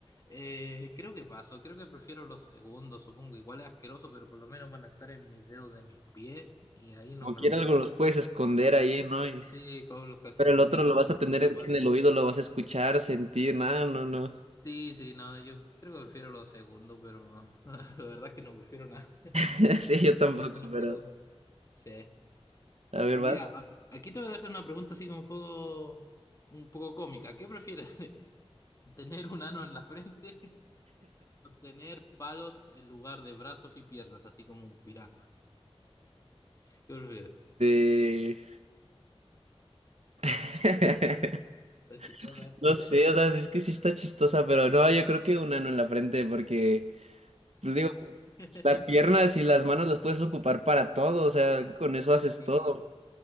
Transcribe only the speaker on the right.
Como
quiera
algo los puedes esconder ahí, ¿no? Y
Pero el otro
lo vas a tener
en el oído, lo vas a escuchar, sentir, nada, no, no.
<laughs> Sí, yo tampoco,
pero
a ver,
vas.
De... <laughs>
No sé,
o sea, es que sí está chistosa, pero no, yo creo que un ano en la frente, porque, pues digo,
las piernas y las manos las puedes ocupar para todo, o sea, con eso haces
todo.